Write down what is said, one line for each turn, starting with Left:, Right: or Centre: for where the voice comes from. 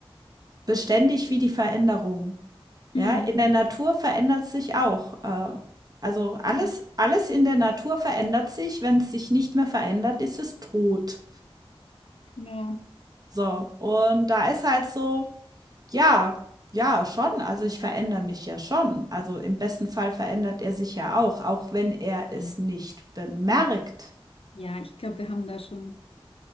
Right: beständig wie die Veränderung. Ja,
Left: Mhm.
Right: in der Natur verändert sich auch. Äh, also alles
Left: Ja,
Right: alles in der Natur verändert sich. Wenn es sich nicht mehr verändert, ist es tot.
Left: genau.
Right: So, und da ist halt so Ja, ja, schon. Also ich verändere mich ja schon. Also im besten Fall verändert er sich ja auch, auch wenn er es
Left: Mhm.
Right: nicht bemerkt.
Left: Ja, ich glaube, wir haben da schon,